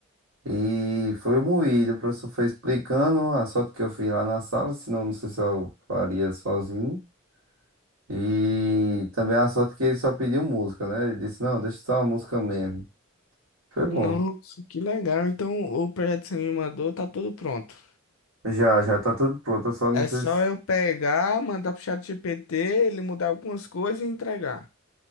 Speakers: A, on the right; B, on the left.
A: E foi moído. O professor foi explicando a sorte que eu fiz lá na sala, senão não sei se eu faria sozinho. E também a sorte que ele só pediu música, né? Ele disse, não, deixa só a música mesmo. Foi bom.
B: Nossa, que legal. Então, o projeto que você me mandou tá tudo pronto.
A: Já, já tá tudo pronto. Eu só não
B: É
A: sei
B: só
A: se
B: eu pegar, mandar pro chat GPT, ele mudar algumas coisas e entregar.